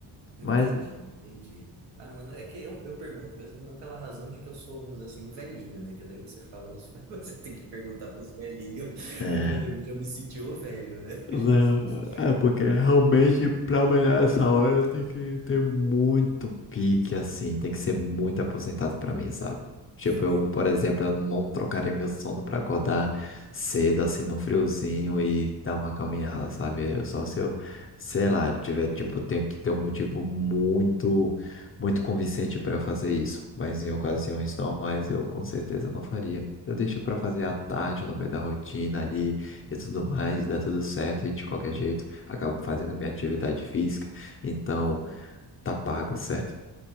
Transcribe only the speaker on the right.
Entendi,
entendi. Ah, mano, é que eu, eu pergunto mesmo não pela razão de que eu sou, vamos dizer assim, um velhinho, né? Que daí você fala, os- <laughs> você tem que perguntar pros velhinhos.
Eu, por exemplo, já me senti o velho, né?
<laughs> Jesus.
Entendo.
Uhum.